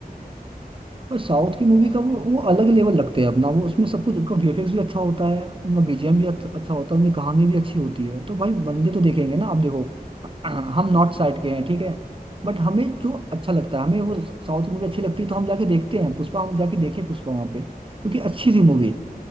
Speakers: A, on the right; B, on the left.
A: पर साउथ की मूवी
B: बाकी
A: का वो वो अलग लेवल रखते हैं अपना वो उसमें सब कुछ उनका वीएफएक्स भी अच्छा होता है उनका बीजीएम भी अच्छा
B: हम्म
A: अच्छा होता है उनकी कहानी भी अच्छी होती है तो भाई बंदे तो देखेंगे ना आप देखो हम
B: हम्म
A: नॉर्थ साइड के हैं ठीक है बट हमें
B: हाँ
A: जो अच्छा लगता है हमें वो साउथ की मूवी अच्छी लगती है तो हम जाके देखते हैं पुष्पा हम जाके देखे पुष्पा वहाँ पे क्योंकि अच्छी थी
B: बिल्कुल
A: मूवी
B: भाई